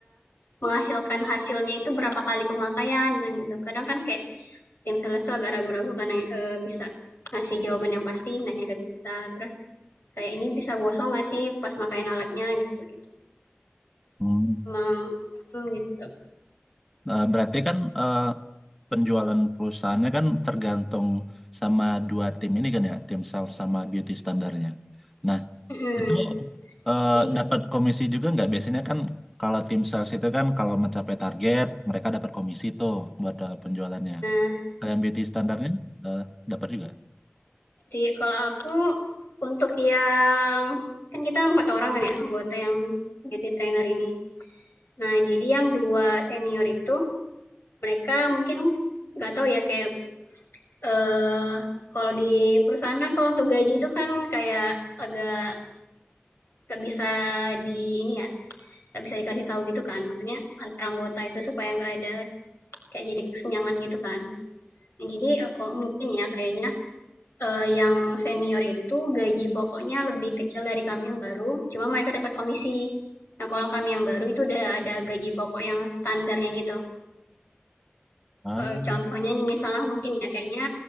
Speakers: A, on the left (about 70°); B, in the centre.
A: menghasilkan hasilnya itu berapa kali pemakaian?" Nah gitu. Kadang kan kayak tim sales tuh agak ragu-ragu karena, eee, bisa ngasih jawaban yang pasti nanya ke kita. Terus kayak, "Ini bisa gosong nggak sih pas makain alatnya?" Gitu gitu.
B: Hmm.
A: Emang mhm, gitu.
B: Eh, berarti kan eh, penjualan perusahaannya kan tergantung sama dua tim ini kan ya, tim sales sama beauty standarnya. Nah,
A: Mhm.
B: itu eh,
A: Ib
B: dapat komisi juga nggak? Biasanya kan kalau tim sales itu kan kalau mencapai target, mereka dapat komisi tuh buat eh, penjualannya.
A: nah,
B: Kalian beauty standarnya eh, dapat juga?
A: Jadi kalau aku untuk yang kan kita empat orang kan ya anggota yang beauty trainer ini. Nah, jadi yang dua senior itu mereka mungkin nggak tahu ya kayak eh kalau di perusahaan kan kalau untuk gaji itu kan kayak agak nggak bisa di ini ya nggak bisa dikasih tahu gitu kan maksudnya antar anggota itu supaya nggak ada kayak jadi kesenjangan gitu kan. Nah, jadi eh, mungkin ya kayaknya Eee, yang senior itu gaji pokoknya lebih kecil dari kami yang baru, cuma mereka dapat komisi. Nah, kalau kami yang baru itu udah ada gaji pokok yang standarnya gitu.
B: Ah,
A: Eee, contohnya nih misalnya mungkin ya kayaknya